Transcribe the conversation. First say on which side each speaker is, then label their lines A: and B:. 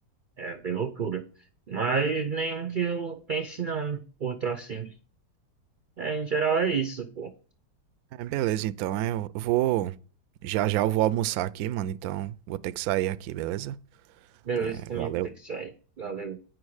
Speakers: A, on the right; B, on the right.
A: É bem loucura. Mas nenhum que eu pense, não, outro assim. É, em geral é isso, pô.
B: É, beleza, então. é, Eu vou. Já já eu vou almoçar aqui, mano. Então vou ter que sair aqui, beleza?
A: Beleza,
B: É,
A: também
B: valeu.
A: vou ter que sair. Valeu.